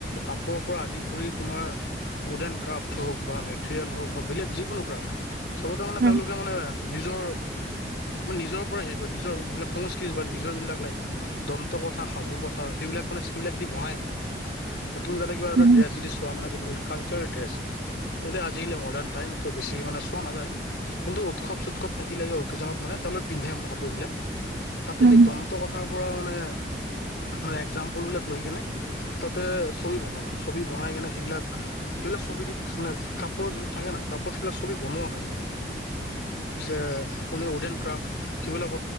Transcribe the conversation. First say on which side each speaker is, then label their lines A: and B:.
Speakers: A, on the left (about 75°); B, on the right (about 50°).
A: কাপোৰৰ পৰা আদি কৰি তোমাৰ উড্ এড ক্ৰাফ্ট হওক বা মেটেৰিয়েল হওক বা বেলেগ যিকোনো ক্ৰাফ্ট চবতে মানে
B: হুম
A: তেওঁলোকে মানে নিজৰ মানে নিজৰ পৰা হেৰি কৰে নিজৰ যিবিলাক সংস্কৃতি বা নিজৰ যোনিলাক লাইক দন্ত কথা সাধু কথা সেইবিলাক মানে স্কৃপ সেইবিলাক দি বনাই মানে। তুমি যাতে কিবা এটা
B: হুম
A: ড্ৰেছ যদি চোৱা মানে কালচাৰেল ড্ৰেছ। এতিয়া আজিকালি মডাৰ্ণ টাইম ত' বেছি মানে চোৱা নাযায়। কিন্তু উৎসৱ-চোৎসৱ থাকিলে যে অকেজনত মানে তলত পিন্ধে মানে কাপোৰ বিলাক। তা'তে
B: হুম
A: সেই
B: হুম
A: দন্ত কথাৰ পৰা মানে মানে একজাম্পল বিলাক লৈ কেনে তা'তে ছবি বনোৱা হয়। ছবি বনাই কেনে সেইবিলাক- সেইবিলাক ছবি দি মানে কাপোৰৰ যোন থাকে না কাপোৰত সেইবিলাক ছবি বনোৱা হয় মানে। পিছে কোন উড এন ক্ৰাফট সেইবিলাকতো